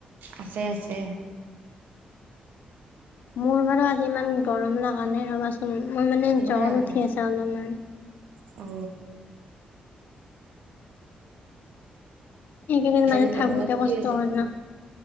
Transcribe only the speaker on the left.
মোৰ বাৰু আজি ইমান গৰম লগা নাই ৰ'বাচোন মই মানে জ্বৰ
উঠি
আছে অলপমান
এইকেইদিন মানে
থাকোতে
কষ্ট
হয় না